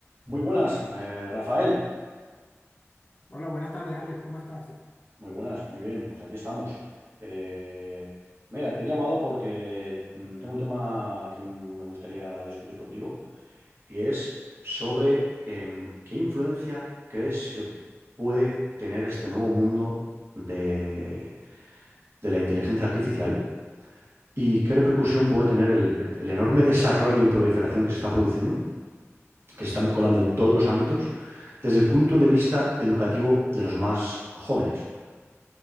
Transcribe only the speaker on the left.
Hola, buenas tardes, Alex, ¿cómo estás?